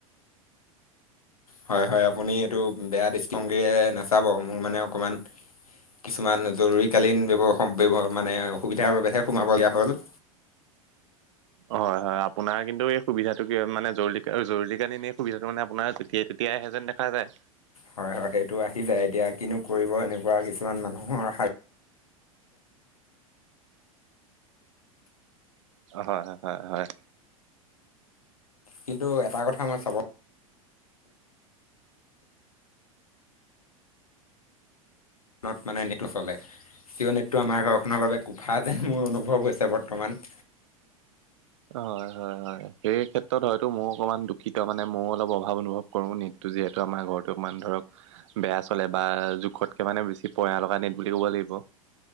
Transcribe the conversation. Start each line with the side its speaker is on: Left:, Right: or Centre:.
Left: হয়, হয় আপুনি এইটো বেয়া দৃষ্টিভংগীৰে নাচাব মোৰ মানে অকণমান কিছুমান জৰুৰীকালীন ব্যৱৱ মানে অসুবিধাৰ বাবেহে সোমাবলগীয়া হ'ল।
Right: হয়, হয় আপোনাৰ কিন্তু এই সুবিধাটো কি মানে জৰুৰ জৰুৰী কালীন এই সুবিধাটো মানে আপোনাৰ যেতিয়া তেতিয়াই আহে যেন দেখা যায়।
Left: হয়, হয় সেইটো আহি যায়, এতিয়া কিনো কৰিব এনেকুৱা কিছুমান মানুহৰ
Right: হয়, হয়, হয়।
Left: কিন্তু এটা কথা মই চাব ত মানে নেটটো চলে কিয় নেটটো আমাৰ ঘৰখনৰ বাবে কোফা যেন মোৰ অনুভৱ হৈছে বৰ্তমান।
Right: হয়, হয়, হয় সেই ক্ষেত্ৰত হয়তো মোৰ অকমান দুখিত। মানে ময়ো অলপ অভাৱ অনুভৱ কৰোঁ নেটটো যিহেতু আমাৰ ঘৰটো অকমান ধৰক বেয়া চলে বা জোখতকে মানে বেছি পয়া লগা নেট বুলি ক'ব লাগিব।